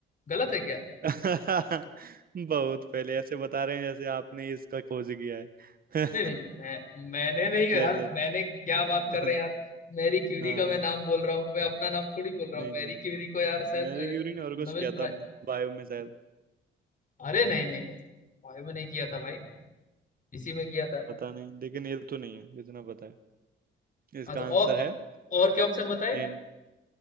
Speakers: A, on the left (about 40°); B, on the right (about 45°).
A: गलत है क्या
B: <laughs> बहुत पहले ऐसे बता रहे हैं जैसे आपने ही इसका खोज किया है
A: नहीं नहीं मैं मैंने नहीं
B: <laughs>
A: यार
B: गलत
A: मैंने क्या बात कर
B: हाँ
A: रहे हैं यार मैरी क्यूरी
B: हाँ,
A: का मैं नाम बोल रहा हूँ मैं अपना नाम थोड़ी बोल रहा
B: नहीं
A: हूँ मैरी
B: नहीं
A: क्यूरी को यार शायद
B: मैरी
A: अ,
B: क्यूरी ने और कुछ
A: नोबेल
B: किया
A: प्राइज
B: था बायो में शायद
A: अरे नहीं नहीं नहीं भाई में नहीं किया था भाई इसी में किया था
B: पता नहीं लेकिन ये तो नहीं है जितना पता है इसका
A: हाँ तो और
B: आंसर है
A: और क्या ऑप्शन बताए
B: And